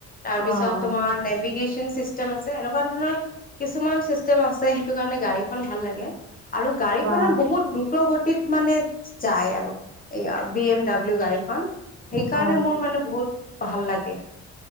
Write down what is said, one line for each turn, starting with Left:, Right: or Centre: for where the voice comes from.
Left: তাৰপিছত
Right: অ' অ'
Left: তোমাৰ নেভিক নেভিগেচন চিষ্টেম আছে। এনেকুৱা ধৰণৰ কিছুমান চিষ্টেম আছে। সেইটো কাৰণে গাড়ীখন ভাল লাগে। আৰু গাড়ীখনৰ
Right: বা
Left: বহুত দ্ৰুত গতিত মানে যায় আৰু। এয়া, বি এম ডাব্লিউ গাড়ীখন, সেইকাৰণে
Right: হয়
Left: মোৰ মানে বহুত ভাল লাগে।